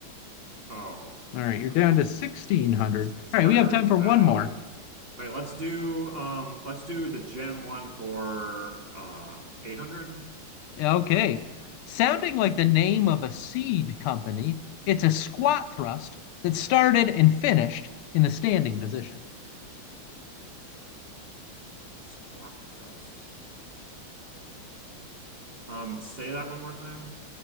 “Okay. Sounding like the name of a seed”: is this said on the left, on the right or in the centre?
Left